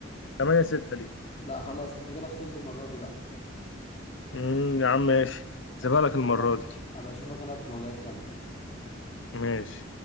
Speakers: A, on the left; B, on the left.
A: ثمانية ستة ليك
B: لا خلاص انت كده خسرت المرة دي بقى
A: مم، يا عم ماشي زبالك
B: اشوفك
A: المرة
B: انا بقى في...
A: دي
B: ابقى اشوفك انا في مواجهات تانية
A: ماشي